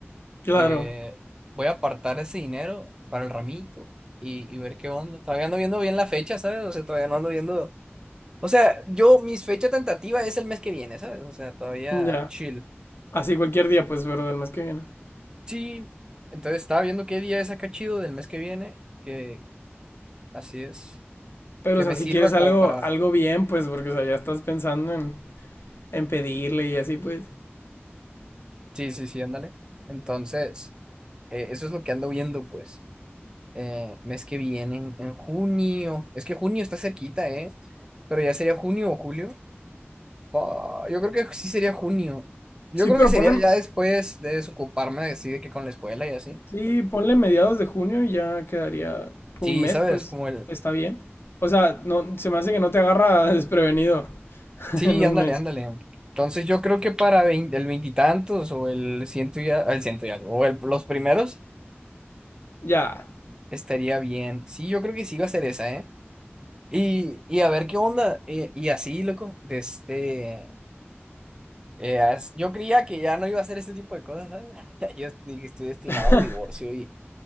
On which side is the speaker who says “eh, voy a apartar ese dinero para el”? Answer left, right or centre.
Right